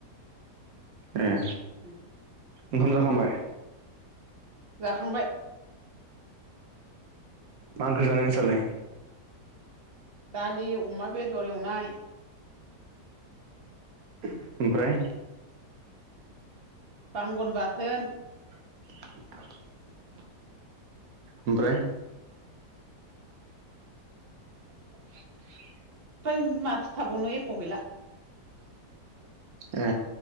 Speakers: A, on the right; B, on the right.
A: ए
B: <inaudible>
A: ओंखाम जाखांबाय?
B: जाखांबाय।
A: मा ओंख्रि जानाय नोंसालाय?
B: दालि अमा बेदर एवनाय।
A: ओमफ्राय?
B: बांगन बाथोन
A: <inaudible> ओमफ्राय? <inaudible>
B: ओमफ्राय माथो थाबावनो एख' गैला।
A: ए